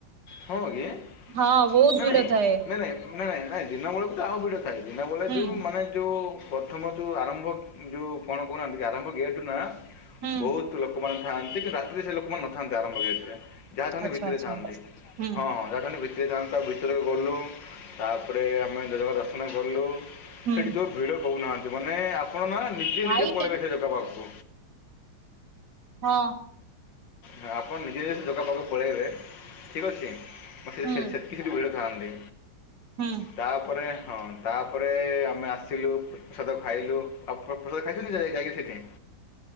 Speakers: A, on the left; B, on the right.
A: ହଁ ଆଙ୍କା
B: ହଁ ବହୁତ
A: ନା
B: ଭିଡ
A: ନାଇଁ
B: ଥାଏ
A: ନାଇଁ ନାଇଁ ନାଇଁ ନାଇଁ ଦିନବେେଳେକୁ ତ ଆଉ ଭିଡ ଥାଏ ଦିନବେଳେ
B: ହୁଁ
A: ଯୋ ମାନେ ଯୋଉ ପ୍ରଥମ ଯେଉଁ ଆରମ୍ଭ ଯେଉଁ କଣ କହୁନାହାନ୍ତି ଆରମ୍ଭ ଗେଟ୍ ନା
B: ହୁଁ
A: ବହୁତ ଲୋକମାନେ ଥାନ୍ତି କି ରାତିରେ ସେ ଲୋକମାନେ ନଥାନ୍ତି ଆରମ୍ଭ ହେଯାଇ ଯାହାଥାନ୍ତି
B: ଆଚ୍ଛା
A: ଭିତରେ
B: ଆଚ୍ଛା
A: ଥାନ୍ତି
B: ହୁଁ
A: ହଁ ହଁ ଯହା ଭିତରେ ଥାଆନ୍ତା ଭିତରେ ଗଲୁ ତାପରେ ଆମେ ଦେବଙ୍କ ଦର୍ଶନ କଲୁ
B: ହୁଁ
A: ସେଠି ଯୋଉ ଭିଡ କହୁନାହାନ୍ତି ମାନେ ଆପଣ ନା ନିଜେ
B: ଭାଇ
A: ନିଜେ ପଳେଇବେ ସେ ଜଗା ପାଖକୁ
B: ହଁ।
A: ହଁ ଆପଣ ନିଜେ ନିଜେ ଜଗା ପାଖକୁ ପଳାଇବେ ଠିକ୍ ଅଛି ମ ସେକି
B: ହୁଁ
A: ସେଠି ଭିଡ଼ ଥାଆନ୍ତି
B: ହୁଁ
A: ତାପରେ ହଁ ତାପରେ ଆମେ ଆସି ଆସିଲୁ ପ୍ରସାଦ ଖାଇଲୁ ଆଉ ପ୍ରସାଦ ଖାଇଛୁ ନିି ଯାଇ ଯାଇକି ସେଇଠି